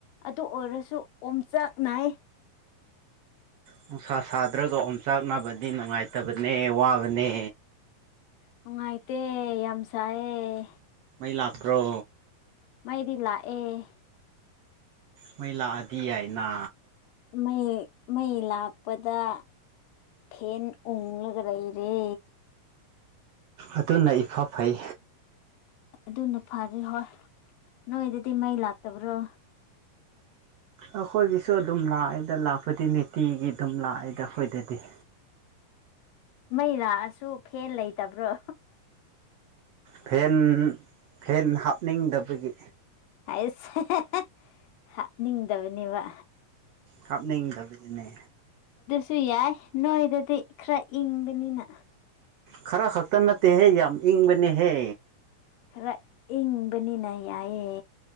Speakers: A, on the left; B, on the right.
A: ꯑꯗꯨ ꯑꯣꯏꯔꯁꯨ ꯑꯣꯝꯆꯥꯛ ꯅꯥꯌꯦ
B: ꯅꯨꯡꯁꯥ ꯁꯥꯗ꯭ꯔꯒ ꯑꯣꯝ ꯆꯥꯛꯅꯕꯗꯤ ꯅꯨꯡꯉꯥꯏꯇꯕꯅꯦ ꯋꯥꯕꯅꯦ
A: ꯅꯨꯡꯉꯥꯏꯇꯦ ꯌꯥꯝ ꯁꯥꯏꯌꯦ
B: ꯗꯤ ꯂꯥꯛꯈ꯭ꯔꯣ
A: ꯃꯩꯗꯤ ꯂꯥꯛꯑꯦ
B: ꯃꯩ ꯂꯥꯛꯑꯗꯤ ꯌꯥꯏꯅ
A: ꯃꯩ ꯃꯩ ꯂꯥꯛꯄꯗ ꯐꯦꯟ ꯎꯪꯂꯒꯂꯩꯔꯦ
B: ꯑꯗꯨꯅ ꯏꯐ ꯐꯩ
A: ꯑꯗꯨꯅ ꯐꯔꯦ ꯍꯣꯏ ꯅꯣꯏꯗꯗꯤ ꯃꯩ ꯂꯥꯛꯇꯕ꯭ꯔꯣ
B: ꯑꯩꯈꯣꯏꯒꯤꯁꯨ ꯑꯗꯨꯝ ꯂꯥꯛꯑꯦꯗ ꯂꯥꯛꯄꯗꯤ ꯅꯤꯡꯇꯤꯒꯤ ꯑꯗꯨꯝ ꯂꯥꯛꯑꯦꯗ ꯑꯩꯈꯣꯏꯗꯗꯤ
A: ꯃꯩ ꯂꯥꯛꯑꯁꯨ ꯐꯦꯟ ꯂꯩꯇꯕ꯭ꯔꯣ
B: ꯐꯦꯟ ꯐꯦꯟ ꯍꯥꯞꯅꯤꯡꯗꯕꯒꯤ
A: ꯑꯩꯁ ꯑꯍꯍꯍ ꯍꯥꯞꯅꯤꯡꯗꯕꯅꯦꯕ
B: ꯍꯥꯞꯅꯤꯡꯗꯕꯒꯤꯅꯦ
A: ꯁꯨ ꯌꯥꯏ ꯅꯣꯏꯗꯗꯤ ꯈꯔ ꯏꯪꯕꯅꯤꯅ
B: ꯈꯔ ꯈꯛꯇ ꯅꯠꯇꯦꯍꯦ ꯌꯥꯝ ꯏꯪꯕꯅꯦꯍꯦ
A: ꯈꯔ ꯏꯪꯕꯅꯤꯅ ꯌꯥꯌꯦ